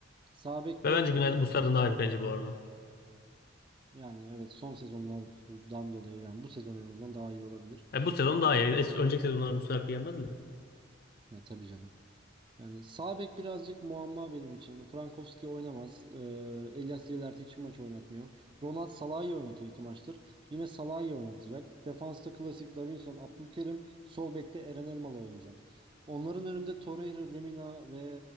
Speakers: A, on the right (about 25°); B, on the left (about 50°).
A: Sağ bekte
B: Ve bence Günaydın Muslera'dan daha iyi bir kaleci bu arada.
A: yani evet son sezonlardan dolayı yani bu sezon en azından daha iyi olabilir.
B: Yani bu sezon daha iyi. Eski, önceki sezonlar Muslera kıyamazdı.
A: Ya tabii canım. Yani sağ bek birazcık muamma benim için. Hani Frankowski oynamaz. Ee, Elias Yelerti hiç maç oynatmıyor. Ronald Salah'ı oynatıyor iki maçtır. Yine Salah'ı oynatacak. Defansta klasik Davinson, Abdülkerim. Sol bekte Eren Elmalı oynayacak. Onların önünde Torreira, Lemina ve